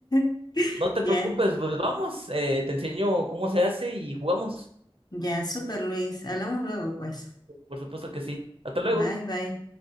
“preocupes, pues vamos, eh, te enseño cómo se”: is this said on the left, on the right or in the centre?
Right